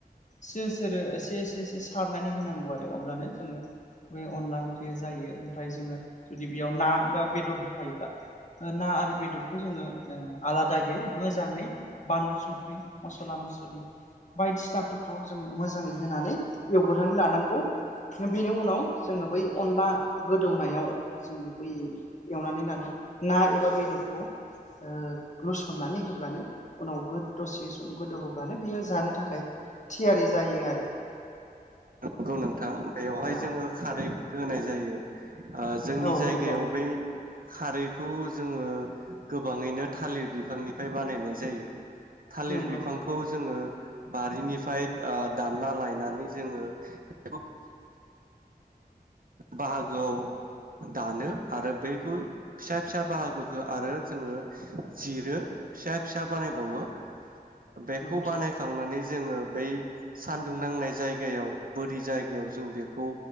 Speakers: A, on the left; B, on the right.
A: सोर सोरो ओसेसेसे सारनानै होनांगौ आरो अब्लानो जोङो बे अनला ओंख्रिया जायो ओमफ्राय जोङो जुदि बेयाव ना बा बेदर होफायोब्ला ओ ना आरो बेदरखौ जोङो आलादायै मोजाङै बानलु संख्रि मसला मस्लि बायदिसिनाफोरखौ जोङो मोजाङै होनानै एवगोरनानै लानांगौ बेनि उनाव जोङो बै अनला गोदौनायाव जोङो बै यो एवनानै लानाय ना एबा बेदरखौ ओ लुसननानै होब्लानो उनाव दसे सम गोदौ होब्लानो बियो जानो थाखाय थियारि जायो आरो।
B: नोंगौ नोंथां बेयावहाय
A: औ
B: जोङो खारै होनाय जायो। <unintelligible> आं जोंनि
A: औ
B: जायगायाव
A: नंगौ
B: बे खारैखौ जोङो गोबाङैनो थालिर बिफांनिफ्राय बानायनाय जायो। थालिर
A: नंगौ
B: बिफांखौ जोङो बारिनिफ्राय ओ दानना लायनानै जोङो <unintelligible> ओ बाहागोआव दानो आरो बेखौ फिसा फिसा बाहागोखौ आरो जोङो जिरो फिसा फिसा बानायबावो बेखौ
A: नंगौ
B: बानायखांनानै जोङो बै सान्दुं नांनाय जायगायाव बोरि जायगायाव जों बेखौ